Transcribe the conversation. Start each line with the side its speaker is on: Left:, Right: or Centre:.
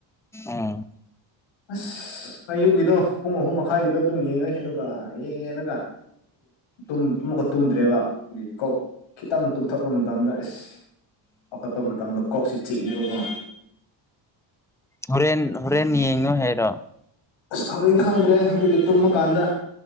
Centre: ꯑꯥꯝ
Left: ꯑꯁ ꯑꯌꯨꯛꯀꯤꯗꯣ ꯄꯨꯡ ꯑꯍꯨꯝ ꯃꯈꯥꯏꯒꯤꯗꯣ ꯑꯗꯨꯝ ꯌꯦꯡꯉꯦ ꯑꯗꯨꯒ ꯌꯦꯡꯉꯦꯅꯒ ꯇꯨꯝ ꯑꯃꯨꯛꯀ ꯇꯨꯝꯗ꯭ꯔꯦꯕ ꯀꯣꯛ ꯈꯤꯇꯪ ꯇꯨꯝꯊꯣꯛꯄ ꯃꯇꯝꯗ ꯑꯦꯁ ꯍꯧꯈꯠꯄ ꯃꯇꯝꯗ ꯀꯣꯛꯁꯤ ꯆꯤꯛꯏꯕꯒꯨꯝ
Centre: ꯍꯣꯔꯦꯟ ꯍꯣꯔꯦꯟ ꯌꯦꯡꯉꯣ ꯍꯥꯏꯔꯣ
Left: ꯑꯁ ꯍꯣꯔꯦꯟ ꯈꯪꯗ꯭ꯔꯦ ꯑꯗꯨꯒꯤ ꯇꯨꯝꯃꯀꯥꯟꯗ